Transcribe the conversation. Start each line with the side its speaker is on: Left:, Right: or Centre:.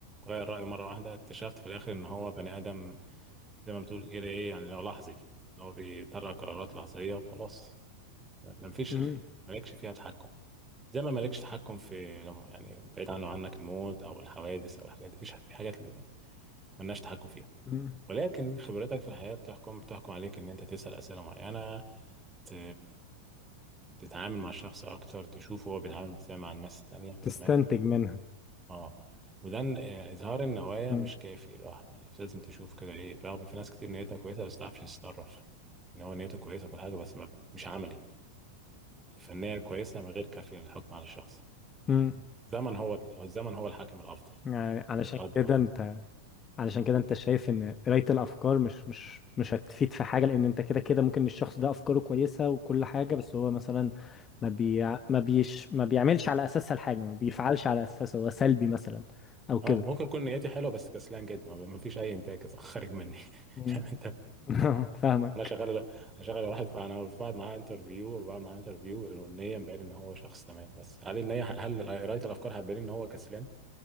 Right: غير رأيه مرة واحدة اكتشفت في الاخر ان هو بني ادم زي ما بتقول كده ايه يعني لو لحظي اللي هو بيطلع قرارات لحظية وخلاص ده مفيش
Left: مم.
Right: مالكش فيها تحكم زي ما مالكش تحكم في يعني بعيد عنه عنك الموت او الحوادث او الحاجات دي مفيش في حاجات اللي مالناش تحكم فيها
Left: مم.
Right: ولكن خبرتك في الحياه بتحكم بتحكم عليك ان انت تسال اسئله معينه ت... تتعامل مع الشخص اكتر تشوف هو بيتعامل ازاي مع الناس التانية
Left: تستنتج
Right: تمام
Left: منها
Right: اه وده إن- آه، اظهار النوايا
Left: مم.
Right: مش كافي لوحده يعني لازم تشوف كده ايه برغم في ناس كتير نيتها كويسه بس تعرفش تتصرف ان هو نيته كويسه وكل حاجه بس ما- مش عملي الفنيه الكويسه من غير كافيه للحكم على الشخص
Left: مم.
Right: الزمن هو الزمن هو الحاكم الافضل
Left: يعني علشان
Right: انت تقضي
Left: كده
Right: وقت
Left: انت علشان كده انت شايف ان قراية الافكار مش مش مش هتفيد في حاجة لان انت كده كده ممكن الشخص ده افكاره كويسة وكل حاجة بس هو مثلا ما بي ما بيش ما بيعملش على اساسها الحاجة ما بيفعلش على اساسها هو سلبي مثلا او كده
Right: اه ممكن يكون نيتي حلوه بس كسلان جدا ما ما فيش اي انتاج خارج مني <laughs>
Left: مم.
Right: لا، انت
Left: <laughs> فاهمك
Right: انا شغال شغال واحد انا بعمل معاه انترفيو وبعمل معاه انترفيو والنيه مبين ان هو شخص تمام بس هل النيه هل قرايه الافكار هتبين ان هو كسلان؟